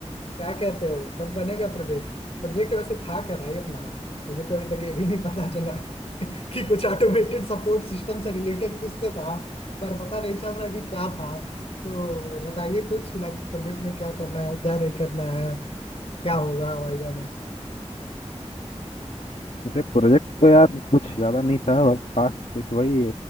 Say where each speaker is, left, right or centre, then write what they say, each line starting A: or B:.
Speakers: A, on the left; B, on the left.
A: क्या कहते हो कब बनेगा प्रोजेक्ट प्रोजेक्ट वैसे था क्या भाई अपना मुझे तो अभी तक ये भी नहीं पता चला <laughs> कि कुछ ऑटोमेटेड सपोर्ट सिस्टम से रिलेटेड कुछ तो था पर पता नहीं चल रहा कि क्या था तो बताइए कुछ लाइक प्रोजेक्ट में क्या करना है क्या नहीं करना है क्या होगा वाइवा
B: अरे प्रोजेक्ट तो यार कुछ ज़्यादा नहीं था बस खास देखिए वही